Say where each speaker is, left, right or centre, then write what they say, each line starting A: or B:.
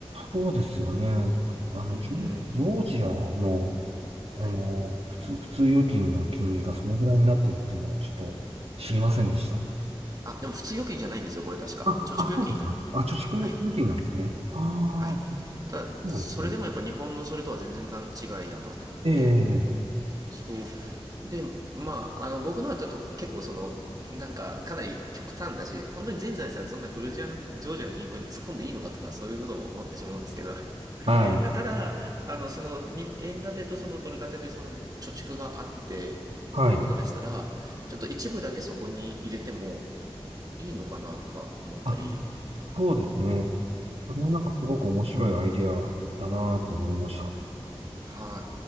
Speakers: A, on the right; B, on the right.
A: そうですよね。あの、
B: うんうん。
A: ジョージョージアの、あの、
B: はい。
A: 普通、普通預金の金利がそのぐらいになってるっていうのはちょっと知りませんでした。
B: あ、でも普通預金じゃないんですよ、これ確か。
A: あ、
B: 貯蓄預金。
A: あ、そうですか。あ、貯蓄預金なんですね。
B: はい。
A: ああ、
B: はい。ただ、
A: そうなんですね。
B: それでもやっぱ日本のそれとは全然段違いだなって思って、
A: ええ、
B: そう。で、まあ、あの、僕のはちょっと結構その、<laughs> なんか、かなり極端だし、本当に全財産そんなグルジアの、ジョージアの銀行に突っ込んでいいのかとか、そういうことも思ってしまうんですけど、
A: はい、
B: <laughs> ただ、あの、その、に円建てとそのドル建てでその、貯蓄があって、っ
A: はい。
B: てことでしたら、ちょっと一部だけそこに入れてもいいのかなとか思ったり、
A: あ、そうですね。それはなんかすごく面白いアイデアだなーって思いました。
B: は